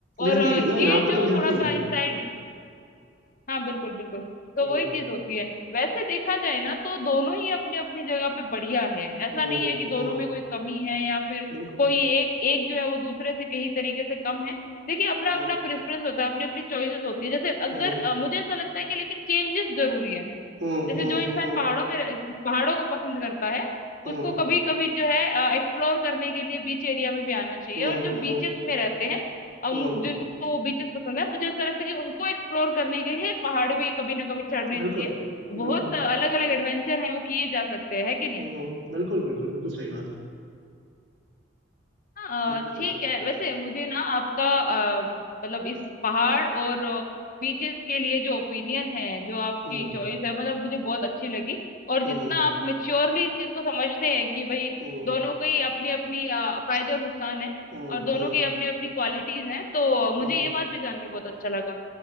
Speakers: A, on the right; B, on the left.
A: मिलती
B: और अ,
A: नहीं
B: ये
A: ना यहाँ पे
B: जो
A: तो मिलती
B: थोड़ा सा
A: नहीं
B: इस साइड हाँ बिल्कुल बिल्कुल तो
A: हम्म
B: वही चीज होती है वैसे देखा जाए ना तो दोनों ही अपनी अपनी जगह पे बढ़िया है ऐसा
A: हम्म
B: नहीं है कि
A: हम्म
B: दोनों में कोई कमी है या फिर
A: बिल्कुल
B: कोई एक एक जो है वो दूसरे से कहीं तरीके से कम है देखिए अपना
A: हम्म
B: अपना प्रेफरेंस होता है अपनी अपनी चॉइसेस होती है जैसे अगर
A: हम्म
B: अ, मुझे ऐसा लगता है कि लेकिन चेंजेस जरूरी है
A: हम्म
B: जैसे
A: हम्म
B: जो इंसान
A: हम्म
B: पहाड़ों में रह- पहाड़ों को पसंद करता है
A: हम्म
B: उसको कभी कभी जो है एक्सप्लोर करने के लिए बीच एरिया में भी आना चाहिए
A: हम्म
B: और जो
A: हम्म
B: बीचेस में रहते हैं और
A: हम्म,
B: मु- जिनको वो बीचेस पसंद है मुझे ऐसा लगता है कि उनको एक्सप्लोर करने के लिए पहाड़ भी कभी ना कभी चढ़ने
A: बिल्कुल
B: चाहिए बहुत
A: बिल्कुल
B: अलग अलग एडवेंचर हैं वो किए जा सकते हैं है कि नहीं
A: हम्म बिल्कुल बिल्कुल बिल्कुल सही बात है
B: हाँ,
A: बिल्कुल सही
B: ठीक
A: बात
B: है
A: है।
B: वैसे मुझे ना आपका अ, मतलब इस पहाड़ और बीचेस के लिए जो ओपिनियन है जो आपकी
A: हुँ,
B: चॉइस है मतलब मुझे बहुत अच्छी लगी और
A: हुँ,
B: जितना
A: हुँ,
B: आप मेच्योरली इस चीज को समझते हैं कि भाई
A: हुँ,
B: दोनों की अपनी अपनी अ, फायदे और नुकसान है
A: हुँ,
B: और दोनों
A: हुँ,
B: की अपनी अपनी क्वालिटीज हैं तो मुझे
A: हुँ।
B: ये बात भी जान के बहुत अच्छा लगा